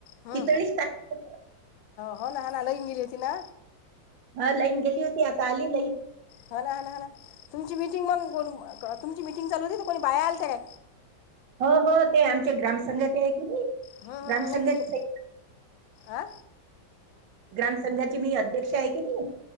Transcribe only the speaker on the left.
हो
हो ना ह ना लईन गेलीती ना
हा हा ह तुमची मिटिंग मग तुमची मीटिंग मटिंगलू त कोणी बाया आलं त्या का
हं हं
हं नाही
तुम्ही आ